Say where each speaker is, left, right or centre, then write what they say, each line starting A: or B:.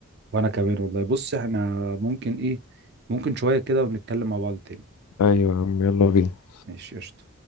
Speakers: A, on the right; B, on the left.
A: وأنا كمان والله بص إحنا ممكن إيه ممكن شوية كده ونتكلم مع بعض تاني
B: ايوه يا عم يلا بينا
A: ماشي قشطة